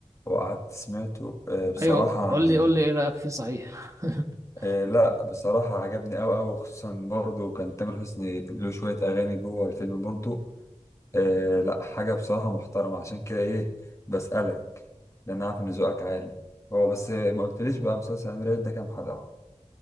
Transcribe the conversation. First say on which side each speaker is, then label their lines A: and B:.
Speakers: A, on the left; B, on the right.
A: وقعدت سمعته أه، بصراحة
B: ايوه قول
A: يعني
B: لي قول لي ايه رايك فيه صحيح <laughs>
A: أه، لا بصراحة عجبني أوي أوي خصوصا برضه كان تامر حسني له شوية أغاني جوه الفيلم برضه أه، لا حاجة بصراحة محترمة عشان كده إيه بسألك لأن أنا عارف إن ذوقك عالي هو بس ما قلتليش بقى مسلسل أمير عيد ده كام حلقة؟